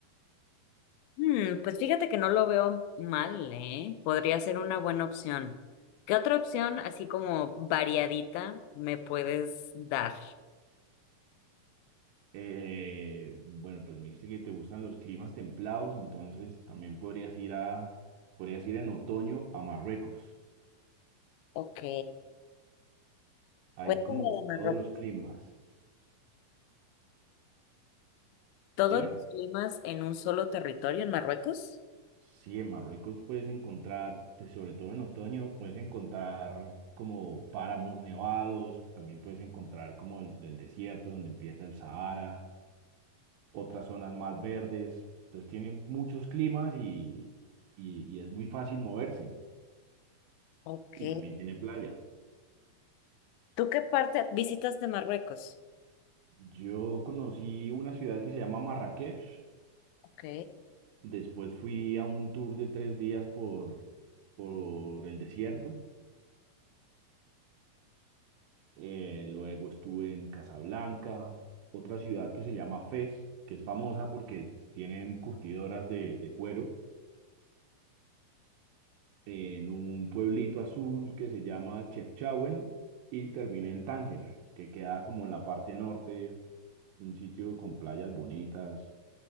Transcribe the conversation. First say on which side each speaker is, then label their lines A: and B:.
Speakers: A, on the left; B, on the right.
A: Hmm, pues fíjate que no lo veo mal, ¿eh? Podría ser una buena opción. ¿Qué otra opción, así como variadita, me puedes dar?
B: Eh, bueno, pues me dijiste que te gustan los climas templados, entonces también podrías ir a, podrías ir en otoño a Marruecos.
A: Ok,
B: Hay
A: cuéntame
B: como
A: de Marruecos.
B: todos los climas.
A: ¿Todos
B: Dime.
A: los climas en un solo territorio en Marruecos?
B: Sí, en Marruecos puedes encontrar, pues sobre todo en otoño, puedes encontrar como páramos nevados, también puedes encontrar como el del desierto donde empieza el Sahara, otras zonas más verdes. Entonces tiene muchos climas y, y, y es muy fácil moverse.
A: Ok.
B: Y también tiene playa.
A: ¿Tú qué parte visitas de Marruecos?
B: Yo conocí una ciudad que se llama Marrakech.
A: Ok.
B: Después fui a un tour de tres días por, por el desierto eh, luego estuve en Casablanca, otra ciudad que se llama Fez, que es famosa porque tienen curtidoras de, de cuero, en un pueblito azul que se llama Chefchaouen y terminé en Tánger, que queda como en la parte norte, un sitio con playas bonitas,